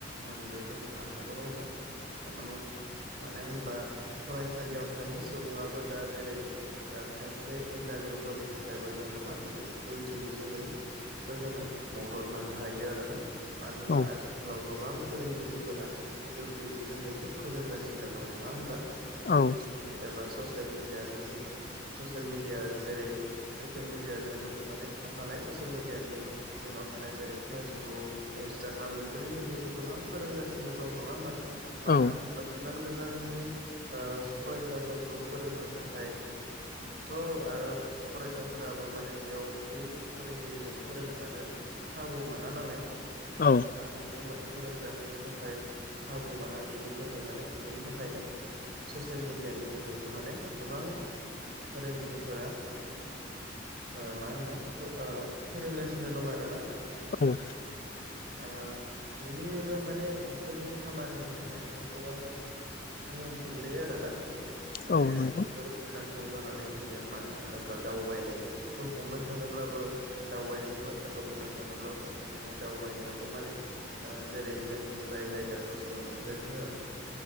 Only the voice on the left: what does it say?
औ
औ
औ
औ
औ
औ नंगौ